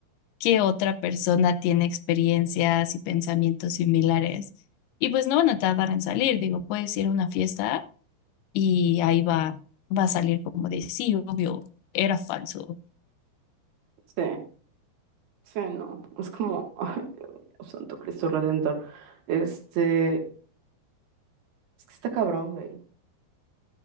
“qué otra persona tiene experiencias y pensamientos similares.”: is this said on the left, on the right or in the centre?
Left